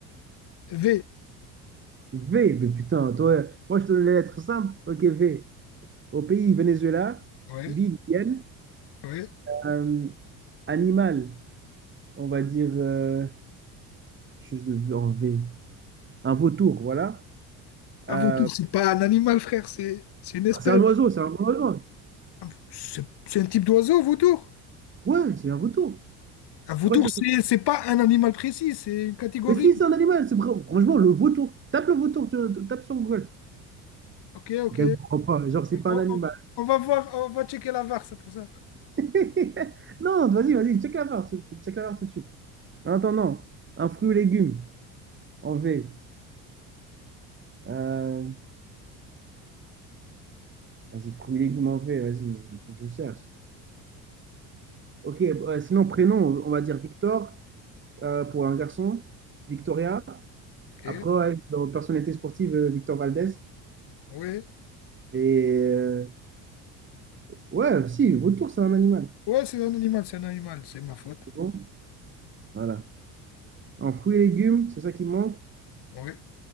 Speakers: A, on the left; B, on the right.
A: V.
B: V, mais putain, toi, moi je te donne les lettres simples. Ok, V. Au pays, Venezuela,
A: Ouais,
B: ville, Vienne.
A: ouais.
B: Euh, animal, on va dire euh, quelque chose de V en V. Un vautour, voilà.
A: Un
B: Euh,
A: vautour, c'est pas un animal, frère, c'est c'est une espèce.
B: c'est un oiseau, c'est un oiseau.
A: Un- C'est c'est un type d'oiseau, vautour.
B: Ouais, c'est un vautour.
A: Un vautour,
B: Tu crois que ça...
A: c'est c'est pas un animal précis, c'est une catégorie.
B: Mais si, c'est un animal, c'est vrai. Franchement, le vautour. Tape le vautour, tu tu- tapes sur Google.
A: Ok, ok.
B: Les gars, je comprends pas. Genre, c'est pas
A: On,
B: un animal.
A: on va on va voir, on va checker la VAR, c'est pour ça.
B: <laughs> Non, vas-y, vas-y, check la barre, tout- check la barre tout de suite. En attendant, un fruit ou légume en V. Euh, Vas-y, fruits et légumes en V, vas-y, il faut que je cherche. Ok, euh, sinon, prénom, on va dire Victor euh, pour un garçon, Victoria.
A: Ok,
B: Après, ouais, dans personnalité sportive, euh, Victor Valdez.
A: ouais.
B: Et euh, ouais, si, vautour, c'est un animal.
A: Ouais, c'est un animal, c'est un animal, c'est ma faute.
B: C'est Bon, voilà. En fruits et légumes, c'est ça qui me manque.
A: Ouais.